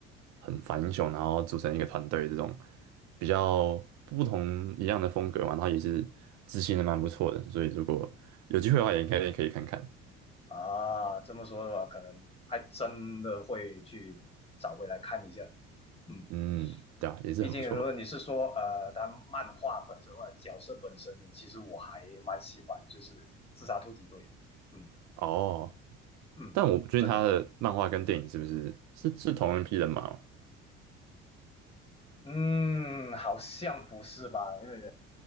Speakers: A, on the right (about 70°); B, on the left (about 20°).
A: 很反英雄，然后组成一个团队这种比较不同一样的风格嘛，然后也是执行的蛮不错的，所以如果有机会的话，也应该也可以看看。
B: 啊，这么说的话，可能还真的会去找回来看一下。嗯，
A: 嗯，对啊，也是很不错
B: 毕竟如果你是说呃，他漫画本身或者角色本身，呢，其实我还蛮喜欢，就是自杀突击队。嗯
A: 哦。
B: 嗯，
A: 但我不确定他的漫画跟电影是不是是是同一批人嘛？
B: 真的。嗯，好像不是吧？因为